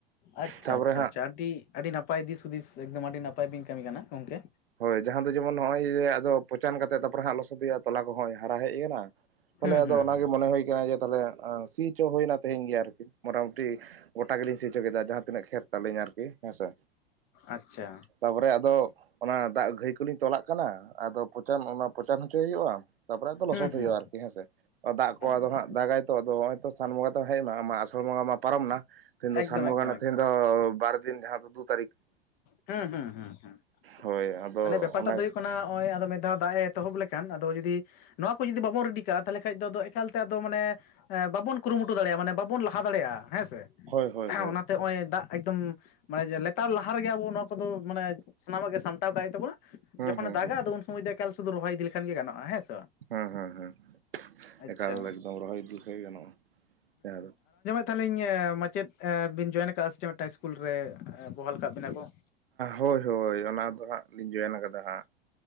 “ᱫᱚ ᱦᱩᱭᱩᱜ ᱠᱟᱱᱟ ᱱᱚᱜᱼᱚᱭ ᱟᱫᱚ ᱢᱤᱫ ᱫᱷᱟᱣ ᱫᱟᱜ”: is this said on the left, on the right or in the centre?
Left